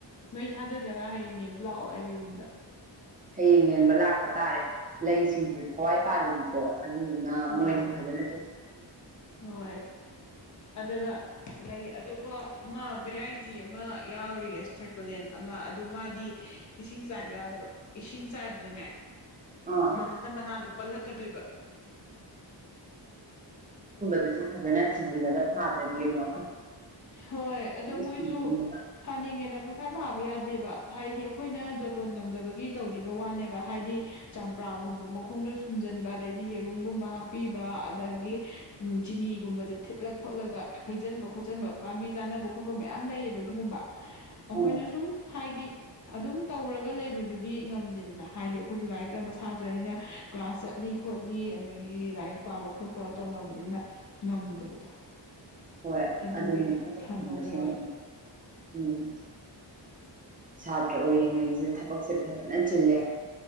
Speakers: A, on the left (about 40°); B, on the right (about 20°).
A: ꯅꯣꯏ ꯊꯥꯖꯗ꯭ꯔꯒ ꯍꯌꯦꯡ ꯌꯦꯡꯕ ꯂꯥꯛꯑꯣ ꯑꯩꯒꯤ ꯔꯨꯝꯗ
B: ꯍꯌꯦꯡ ꯌꯦꯡꯕ ꯂꯥꯛꯄ ꯇꯥꯔꯦ ꯂꯩꯁꯤꯡꯁꯤꯁꯨ ꯊꯋꯥꯏ ꯄꯥꯟꯕꯥꯜꯂꯤꯅꯤꯀꯣ ꯑꯗꯨꯗꯨꯅ
A: ꯍꯣꯏ
B: ꯃꯣꯏꯁꯨ ꯐꯖꯅ ꯆ
A: ꯍꯣꯏ ꯑꯗꯨꯒ ꯂꯩ ꯑꯇꯣꯞꯄ ꯑꯃ ꯚꯦꯔꯥꯏꯇꯤ ꯑꯃ ꯌꯥꯎꯔꯤꯌꯦ ꯁꯔꯀꯨꯂꯦꯟ ꯑꯃ ꯑꯗꯨ ꯃꯥꯗꯤ ꯏꯁꯤꯡ ꯆꯥꯏꯕ ꯌꯥꯗꯕ ꯏꯁꯤꯡ ꯆꯥꯏꯕꯗꯅꯦ
B: ꯑꯥ
A: ꯃꯊꯟꯇ ꯃꯅꯥꯗꯣ ꯄꯜꯂꯛꯀꯗꯣꯏꯕ
B: ꯑꯗꯨꯁꯨ ꯐꯖꯅ ꯊꯤꯖꯤꯜꯂꯒ ꯊꯥꯗ꯭ꯔꯗꯤ ꯑꯃꯣ
A: ꯍꯣꯏ ꯑꯗꯣ ꯃꯣꯏꯁꯨ
B: ꯁꯤꯗꯣꯏꯅꯦꯕ
A: ꯊꯥꯅꯤꯡꯉꯦꯅ ꯄꯨꯡꯊꯥ ꯊꯥꯕ ꯌꯥꯗꯦꯕ ꯍꯥꯏꯗꯤ ꯑꯩꯈꯣꯏꯅ ꯖꯣꯇꯣꯟ ꯉꯝꯗꯕꯒꯤ ꯇꯧꯗ꯭ꯔꯤꯕ ꯋꯥꯅꯦꯕ ꯍꯥꯏꯗꯤ ꯆꯝꯄ꯭ꯔꯥꯒꯨꯝꯕ ꯃꯈꯣꯡꯗꯣ ꯁꯨꯝꯖꯤꯟꯕ ꯑꯗꯩꯗꯤ ꯌꯦꯔꯨꯝꯒꯨꯝꯕ ꯍꯥꯞꯄꯤꯕ ꯑ ꯎ ꯆꯤꯅꯤꯒꯨꯝꯕꯁꯦ ꯊꯤꯠꯂ ꯈꯣꯠꯂꯒ ꯍꯩꯟꯕ ꯈ ꯍꯥꯞꯆꯟꯕ ꯄꯥꯝꯕꯤ ꯆꯥꯅꯕ ꯈꯣꯠꯄ ꯃꯌꯥꯝ ꯂꯩꯌꯦꯕ ꯑꯗꯨꯒꯨꯝꯕ ꯑꯩꯈꯣꯏꯅ
B: ꯎꯝ
A: ꯁꯨꯝ ꯍꯥꯏꯗꯤ ꯑꯗꯨꯝ ꯇꯧꯔꯒ ꯂꯩꯕꯗꯨꯗꯤ ꯉꯝꯗꯦꯗꯅ ꯍꯥꯏꯗꯤ ꯑꯩꯈꯣꯏꯁꯨ ꯂꯥꯏꯔꯤꯛ ꯇꯝꯕ ꯁꯥꯇ꯭ꯔꯅꯤꯅ ꯀ꯭ꯂꯥꯁ ꯆꯠꯂꯤ ꯈꯣꯠꯂꯤ ꯑꯗꯒꯤ ꯂꯥꯏꯔꯤꯛ ꯄꯥꯕ ꯈꯣꯠꯄ ꯇꯧꯅꯕꯅꯤꯅ ꯉꯝꯗꯕꯗꯣ
B: ꯍꯣꯏ
A: ꯑꯗꯨꯒꯤ
B: ꯑꯗꯨꯅꯦ ꯊꯔꯁꯤꯗꯅ
A: ꯊꯝꯃꯕꯩ ꯋꯥꯅꯤ
B: ꯎꯝ ꯁꯥꯇ꯭ꯔ ꯑꯣꯏꯔꯤꯉꯩꯁꯦ ꯊꯕꯛꯁꯦ ꯐꯖꯅ ꯆꯤꯜꯂꯦ